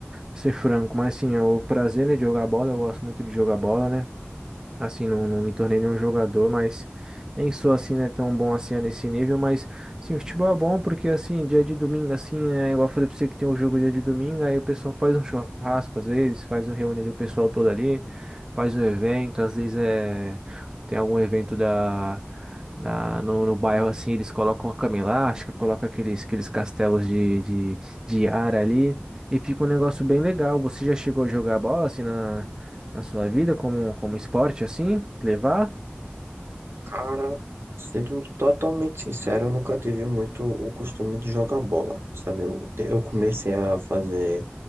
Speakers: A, on the right; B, on the right.
A: ser franco. Mas assim, é o prazer, né, de jogar bola, eu gosto muito de jogar bola, né? Assim, não, não me tornei nenhum jogador, mas nem sou assim, né, tão bom assim é nesse nível, mas sim, o futebol é bom porque assim, dia de domingo, assim, é igual eu falei pra você que tem um jogo dia de domingo, aí o pessoal faz um churrasco às vezes, faz um reúne ali o pessoal todo ali, faz um evento, às vezes é tem algum evento da, da no, no bairro assim, eles colocam a cama elástica, colocam aqueles, aqueles castelos de, de, de ar ali. E fica um negócio bem legal. Você já chegou a jogar bola assim na, na sua vida como, como esporte, assim, levar.
B: Cara, sendo totalmente sincero, eu nunca tive muito o costume de jogar bola, sabe? Eu, eu comecei a fazer